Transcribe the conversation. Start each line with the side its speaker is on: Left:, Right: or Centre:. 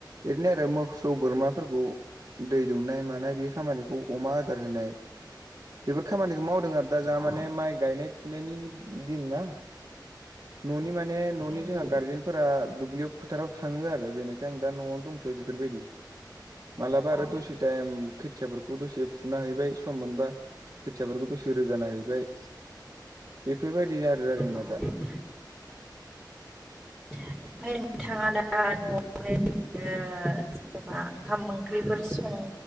Right: एरैनो आरो मोसौ बोरमाफोरखौ दै दौनाय मानाय बे खामानिखौ अमा आदार होनाय बेफोर खामानिखौ मावदों आर दा जा
Centre: अ
Right: माने माइ गायनाय फुनायनि दिन ना न'नि माने न'नि
Centre: उम
Right: जोंहा गारजेनफोरा दुब्लि‌ फोथाराव थाङो आरो बेनिखाय आं दा न'आवनो दंथ'यो बेफोरबायदि। मालाबा
Centre: अ
Right: आरो द'से टायम खोथियाफोरखौ दसे फुना हैबाय सम मोनबा खोथियाफोरखौ दसे रोगाना हैबाय। बेफोरबायदिनो आरोना
Centre: ओमफ्राय
Right: जोंना दा।
Centre: ओमफ्राय नोंथाङा दा न'आवनो <unintelligible> ओ जेन'बा ओंखाम ओंख्रिफोर सङो